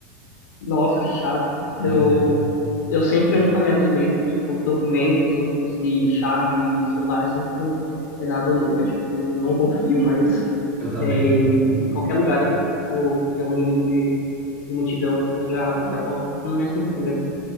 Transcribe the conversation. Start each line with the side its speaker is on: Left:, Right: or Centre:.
Left: Nossa, que chato. Eu,
Right: Pois é,
Left: eu sempre ando com a minha doleira, tipo, documentos e chave e celular sempre é na doleira. Tipo, não confio mais
Right: eu também.
Left: é, em qualquer lugar, assim, tipo, que tem um mínimo de, de multidão, assim, eu já, já coloco tudo na minha cintura.